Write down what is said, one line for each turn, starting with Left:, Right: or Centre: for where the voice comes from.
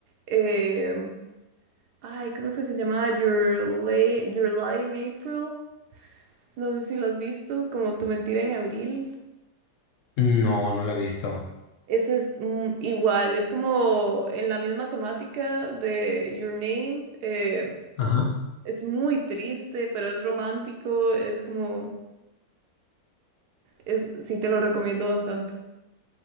Right: em, ay, ¿cómo es que se llamaba? Your, Lie- Your Lie in April. No sé si lo has visto, como Tu Mentira en Abril.
Left: No, no lo he visto.
Right: Ese es mm, igual, es como en la misma temática de Your Name. eh,
Left: Ajá.
Right: es muy triste, pero es romántico, es como, es, sí te lo recomiendo bastante.